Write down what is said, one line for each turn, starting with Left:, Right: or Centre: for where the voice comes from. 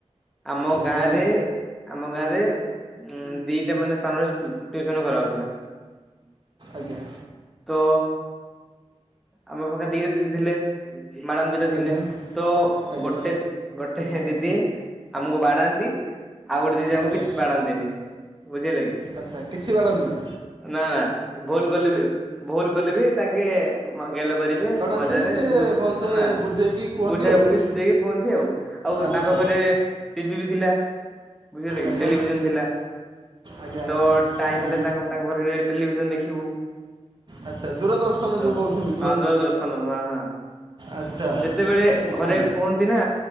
Centre: ଆମ
Right: ଆଜ୍ଞା
Centre: ଗାଁରେ ଆମ ଗାଁରେ ଉମ୍ ଦିଟା ମାନେ ସ୍ଥାନରେ ଟ୍ୟୁସନ କରା ହଉଥିଲା।
Right: ଆଜ୍ଞା।
Centre: ତ ଆମ ପାଖରେ ଦିଟା ଦିଦି ଥିଲେ। ମ୍ୟାଡ଼ାମ ଦି ଟା ଥିଲେ
Right: ଆଜ୍ଞା
Centre: ତ
Right: ଆଜ୍ଞା
Centre: ଗୋଟେ ଗୋଟେ ହେ ଦିଦି ଆମକୁ ବାଡାନ୍ତି। ଆଉ ଗୋଟେ ଦିଦି ଆମକୁ
Right: ଆଜ୍ଞା
Centre: କିଛି ବାଡାନ୍ତିନି। ବୁଝିହେଲା କିି।
Right: ଆଚ୍ଛା କିଛି ବାଡ଼ାନ୍ତିନି
Centre: ନା ନା ଭୁଲ କଲେ ବି ଭୁଲ କଲେ ବି ତାଙ୍କେ ମ ଗେଲ କରି
Right: ବାଡ଼ାନ୍ତିନି
Centre: ମଜାରେ
Right: ସିଏ
Centre: ବୁ ନା
Right: ଭଲସେ
Centre: ନା
Right: ବୁଝେଇକି କୁହନ୍ତି
Centre: ବୁଝାଇ
Right: ଆଉ
Centre: ବୁଝେଇ ସୁଝେଇକି କୁହନ୍ତି ଆଉ। ଆଉ
Right: ଆଚ୍ଛା
Centre: ତାଙ୍କ ଘରେ ଟିଭି ବି ଥିଲା। ବୁଝିହେଲା
Right: ଆଜ୍ଞା
Centre: କି ଟେଲିଭିଜନ ଥିଲା
Right: ଆଜ୍ଞା
Centre: ତ
Right: ଆଜ୍ଞା
Centre: ଟାଇମ
Right: ଟିଭି
Centre: ହେଲେ ତାଙ୍କ ତାଙ୍କ ଘରେ ଯାଇ ଟେଲିଭିଜନ ଦେଖିବୁ।
Right: ଆଚ୍ଛା। ଦୂରଦର୍ଶନ
Centre: ତ
Right: ଯେଉଁ କହୁଛନ୍ତି
Centre: ହଁ ଦୂରଦର୍ଶନ ହ ହଁ
Right: ଆଚ୍ଛା
Centre: ଯେତେବେଳେ ଘରେ
Right: ହୁଁ
Centre: କୁହ ନ୍ତି ନା